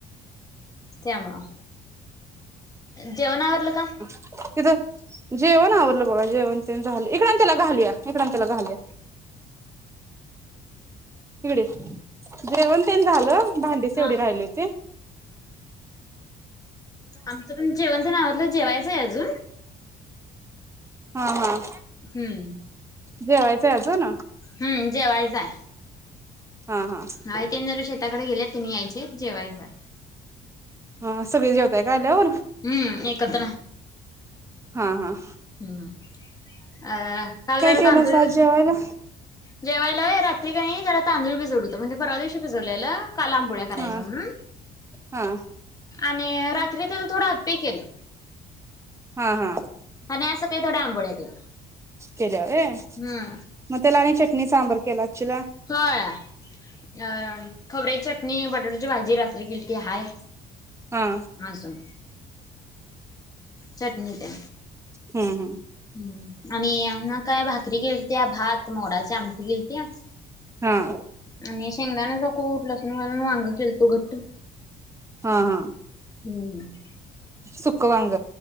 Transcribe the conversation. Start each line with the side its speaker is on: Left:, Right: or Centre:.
Left: त्यामुळं, जेवण आवरलं का?
Right: हे धर, जेवण आवरलं बघा, जेवण तेन झालं. इकड आण त्याला घालूया, इकड आण त्याला घालूया. इकडं ये जेवणतेन झालं. भांडीचं तेवढी
Left: हा
Right: राहिली होती.
Left: आमच पण जेवणतेन आवरलं, जेवायचंय आजून.
Right: हा, हा.
Left: हूम्म.
Right: जेवायच हाय आजून?
Left: हम्म जेवायचं हाय.
Right: हा, हा.
Left: नाही तेनी जरा शेताकड गेल्यात, तेनी यायचे आहेत जेवायचं हाय.
Right: हा सगळे जेवताय काय आल्यावर?
Left: हुं. एकत्र.
Right: हा, हा.
Left: हुं. म अ काल
Right: काय
Left: जरा
Right: केलास
Left: अमच्याकड.
Right: आज जेवायला
Left: जेवायला होय, रात्री कनी जरा तांदूळ भिजवल होतो म्हणजे परवा दिवशी भिजवल्याल काल आंबोळ्या करायच्या
Right: हा
Left: म्हणून
Right: हा.
Left: आणि रात्री तेज थोडं आप्पे केलं
Right: हा हा
Left: आणि आज सकाळी थोडया आंबोळ्या केल्या.
Right: केल्या व्हय,
Left: हम्म
Right: म तेला आणि चटणी, सांबार केला आच्छीला?
Left: होय अ खोबऱ्याची चटणी, बटाटूची भाजी रात्री केलंती हाय.
Right: हा.
Left: आजून, चटणी द्या.
Right: ह्म. ह्म.
Left: हम्. आणि मंग काय भाकरी केलत्या, भात, मोडाची आमटी केलत्या.
Right: ह अ.
Left: आणि शेंगदाण्याचा कुट, लसूण घालून वांग केलतो घट्ट.
Right: हा. हा.
Left: हम्. हम्.
Right: सुकं वांग